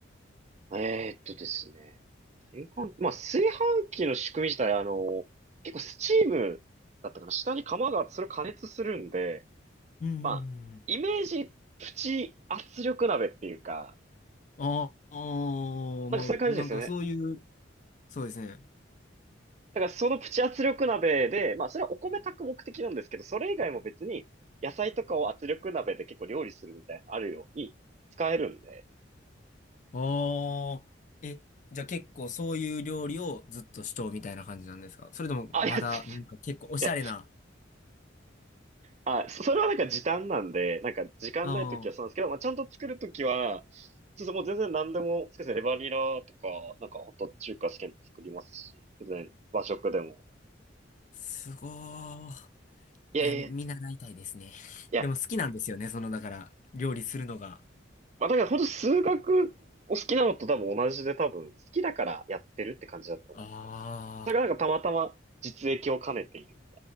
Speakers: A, on the right; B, on the left.
A: えーっとですね。炊飯、まあ、炊飯器の仕組み自体、あの、結構スチームだったかな。下に釜が、それを加熱するんで、
B: うんうん
A: まあ、
B: うん。
A: イメージプチ圧力鍋っていうか、
B: ああー、
A: なんかそういう感じですよね。
B: まあ、なんかそういう、そうですね。
A: だからそのプチ圧力鍋で、まあそれはお米炊く目的なんですけど、それ以外も別に野菜とかを圧力鍋で結構料理するみたいなのあるように使えるんで。
B: ああ、え、じゃあ結構そういう料理をずっとしとうみたいな感じなんですかそれともまだなんか結構おしゃれな。
A: あ、いや、ついや、あ、そそれはなんか時短なんで、なんか時間ない時はそうなんですけど、
B: ああ、
A: まあちゃんと作る時は、ちょっともう全然何でも、そうですね、レバニラとか、なんかホット中華好きなの作りますし、全然和食でも。
B: すごー。
A: いやいや、
B: いや、見習いたいですね。
A: い
B: <laughs>
A: や、
B: でも好きなんですよね、その、だから、料理するのが。
A: まあ、だから本当数学お好きなのと多分同じで多分好きだからやってるって感じだと思います。
B: ああ、
A: だからなんかたまたま実益を兼ねている。